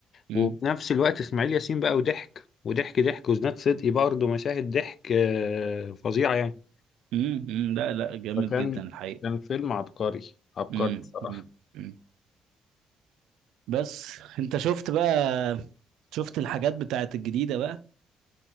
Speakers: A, on the right; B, on the left.
A: امم
B: وفي نفس الوقت اسماعيل ياسين بقى وضحك وضحك ضحك وزناد صدقي برضه مشاهد ضحك آه، فظيعة يعني
A: امم أمم. لا لا جامد
B: فكان
A: جدا الحقيقة
B: كان فيلم عبقري عبقري
A: امم
B: بصراحة
A: امم أمم. بس انت شفت بقى شفت الحاجات بتاعت الجديدة بقى